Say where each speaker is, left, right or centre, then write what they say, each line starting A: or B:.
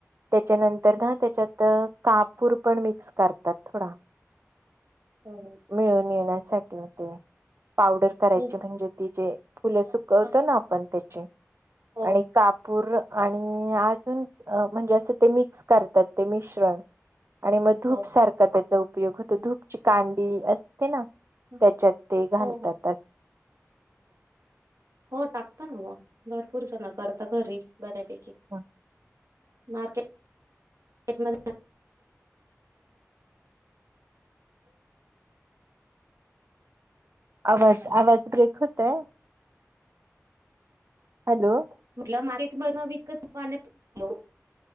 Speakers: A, on the right; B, on the right.
A: त्यांच्यानंतर नां त्यांच्यात कापूर पणं मिक्स करतांत थोडा.
B: हो हो.
A: मिळून येण्यांसांठी येते पांवडर करांयची
B: हो
A: म्हणजे ती जे फुलं सुकवतो
B: हं,
A: नां आपणं त्यांची
B: हो
A: आणि काप पूर आणि अजून म्हणजे असं ते मिक्स करतांत ते मिश्रण. आणि मंग धूंप
B: हो
A: सारखा त्यांचा उपयोग होतों धूंपची कांडी असं ते ना
B: हं,
A: त्याच्यात ते घालतात
B: हो. हो
A: अस
B: हो टाकतो ना म भरपूर सगळ करतो घरी बऱ्यापैकी.
A: हं.
B: मार्केटमध्ये
A: आवाज आवाज ब्रेक होतोय. हॅलो?
B: म्हटलं मार्केट मधन विकत पालो